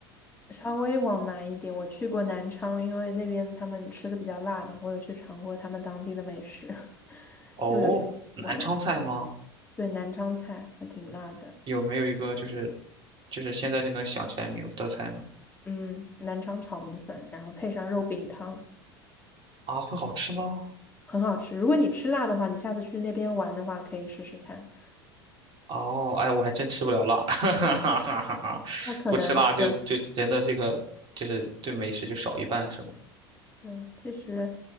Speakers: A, on the left; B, on the right.
A: 稍微往南一点，我去过南昌，因为那边他们吃的比较辣嘛，我有去尝过他们当地的美食，<laughs>
B: 哦，
A: 就有去玩，
B: 南昌菜吗？
A: 对，南昌菜还挺辣的。
B: 有没有一个就是就是现在就能想起来名字的菜呢？
A: 嗯，南昌炒米粉，然后配上肉饼汤。
B: 啊，会好吃吗？
A: 很好吃。如果你吃辣的话，你下次去那边玩的话，可以试试看。
B: 哦，哎，我还真吃不了辣，<laughs> 哈哈哈哈哈不吃辣就就人的这个就是对美食就少一半是吗？
A: 那可能就 <laughs> 对，其实，